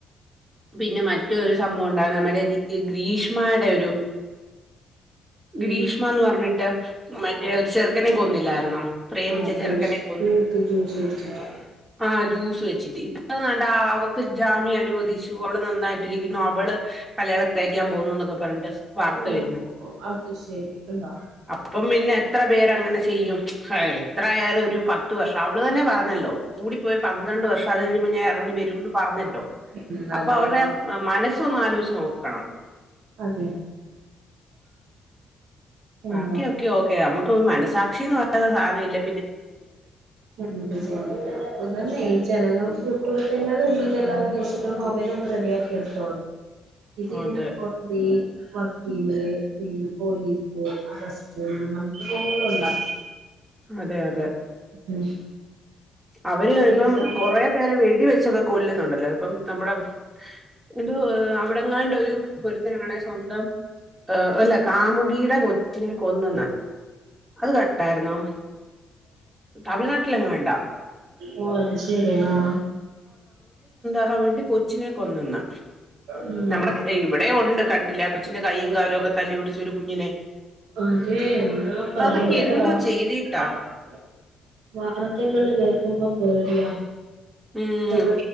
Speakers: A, on the right; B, on the right.
A: പിന്നെ മറ്റൊരു സംഭവം ഉണ്ടകും നമ്മുടെ ഗ്രീഷ്മയുടെ ഒരു ഗ്രീഷ്മന്ന്
B: ഏത്
A: പറഞ്ഞിട്ട് മറ്റേ ഒരു ചെറുക്കനെ കൊന്നില്ലായിാരുന്നോ പ്രേമിച്ച
B: ആ
A: ചെറുക്കനെ
B: ജ്യൂസ്
A: കൊന്ന്
B: ഫ്രൂട്ട് ജ്യൂസ് കുടിച്ചിട്ട്
A: ആഹ് ജ്യൂസ് വെച്ചിട്ട് ന്നാണ്ടാ വ ജാമ്യം അനുവദിച്ചു അവള് നന്നായിട്ടിരിക്കുന്നു അവള് കല്യാണം കഴിക്കാൻ പോന്നുന്നൊക്കെ പറഞ്ഞിട്ട് വാർത്ത
B: ഓ
A: വരുന്നു
B: അത് ശരി കണ്ടോ
A: അപ്പം പിന്നെ എത്ര പേരങ്ങനെ ചെയ്യും എത്രയാലും ഒരു പത്ത് വർഷം അവള് തന്നെ പറഞ്ഞല്ലോ കൂടിപ്പോയ പന്ത്രണ്ട് വർഷം അത് കഴിയുമ്പോൾ ഞാൻ ഇറങ്ങി വരുന്ന് പറഞ്ഞിട്ടും
B: ഉം
A: അപ്പൊ
B: അതെ
A: അവരുടെ
B: അതെ
A: മനസ്സൊന്നും ആലോചിച്ച് നോക്കോ കണം
B: അതെ
A: ബാക്കി
B: എന്താ
A: ഓക്കെ ഓക്കെ നമ്മുക്ക് മനസ് സാക്ഷി എന്ന് പറയുന്ന സാധനില്ല
B: എന്ത് ചെയ്യണ്ടട്ട അതന്നെ ഈ ജനങ്ങൾ കൊടുത്താൽ എല്ലാ കേസുകളും അവരൊന്ന് റെഡിയാക്കി എടുത്തോളൂം ഇത് ഇങ്ങനെ
A: അതെ
B: <unintelligible> <unintelligible> പിന്നെ പോലീസ്, അറസ്റ്റ്, ന്നും പർഞ് <unintelligible> പോവുന്നത് കൊണ്ടാ.
A: അതെയതെ.
B: ഉം
A: അവര്
B: പിന്നെ
A: ഇപ്പം കൊറെ പേരെ വേടി വെച്ചക്കൊ കൊല്ലുന്നുണ്ടല്ലോ ഇപ്പം നമ്മുടെ എന്തോ അവിടെങ്ങാണ്ട് ഒരു ഒരുത്തനാണെ സ്വന്തം ആഹ് അല്ല കാമുകിയുടെ കൊച്ചിനെ കൊന്നന്ന് അത് കണ്ടായിര്ന്നോ? തമിഴ്നാട്ടിലെങ്ങാണ്ടാ..
B: ഓ അത് ശരി ആഹ്
A: ക്കാൻ വേണ്ടി കൊ ച്ചിനെ കൊന്നെന്ന്.
B: ഉം
A: നമ്മുടെ ഇവിടെയുണ്ട് കണ്ടില്ല കൊച്ചിൻ്റെ കൈയും കാലൊക്കെ തല്ലി ഒടിച്ച ഒരു കുഞ്ഞിനെ
B: അതെ എന്താ പറയാ
A: അതൊക്കെ എന്തോ
B: <unintelligible>
A: ചെയ്തിട്ടാ
B: വാ ർത്തകള് കേൾക്കുമ്പോ പേടിയാ.
A: ഉം
B: പേടി